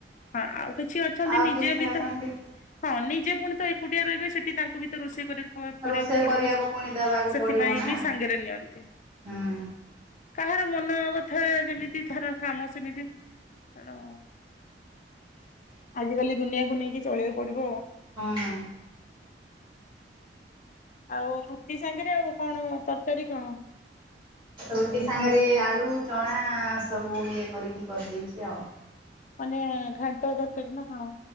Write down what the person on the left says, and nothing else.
ହଁ ଆଉ କିଛି ଅଛନ୍ତି
ନିଜେ
ବି
ତ ହଁ ନିଜେ ପୁଣି ତ ଏକୁଟିଆ ରହିବେ ସେଠି ତାଙ୍କୁ ବି ତ ରୋଷେଇ କର କରିବାକୁ
ପଡିବ
ସେଥିପାଇଁ
ବି ସାଙ୍ଗରେ ନିଅନ୍ତି।
ତାହାର ମନ କଥା ଯେମିତି ଥର କାମ ସେମିତି କଣ ଆଜିିକାଲି ଦୁନିଆକୁ ନେଇ ଚଳେଇକୁ ପଡିବ।
ଆଉ ରୁଟି ସାଙ୍ଗରେ ଆଉ କଣ ତରକାରୀ କଣ?
ମାନେ ଘାଣ୍ଟ ତରକାରୀ ନା କଣ?